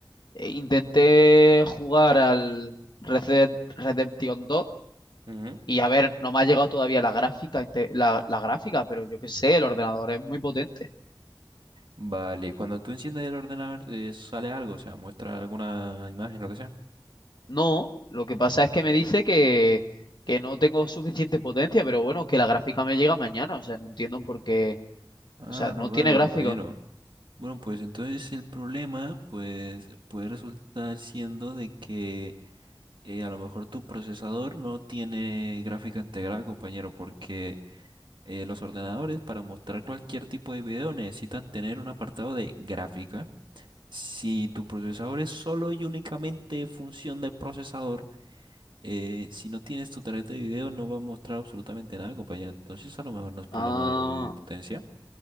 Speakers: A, on the left; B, on the right.
A: eh, intenté jugar al Red Dead Redemption 2
B: Ujú.
A: y a ver, no me ha llegado todavía la gráfica, inte- la, la gráfica, pero yo qué sé, el ordenador es muy potente.
B: Vale, cuando tú enciendes el ordenador, eh, sale algo, o sea, muestra alguna imagen, lo que sea.
A: No, lo que pasa es que me dice que, que no tengo suficiente potencia, pero bueno, que la gráfica me llega mañana, o sea, no entiendo por qué,
B: Ah,
A: o sea, no
B: vale,
A: tiene gráfica.
B: compañero. Bueno, pues entonces el problema, pues, puede resultar siendo de que eh, a lo mejor tu procesador no tiene gráfica integrada, compañero, porque eh, los ordenadores para mostrar cualquier tipo de video necesitan tener un apartado de gráfica Si tu procesador es solo y únicamente función de procesador, eh, si no tienes tu tarjeta de video no va a mostrar absolutamente nada, compañero. Entonces a lo mejor no es problema
A: Ah.
B: de potencia.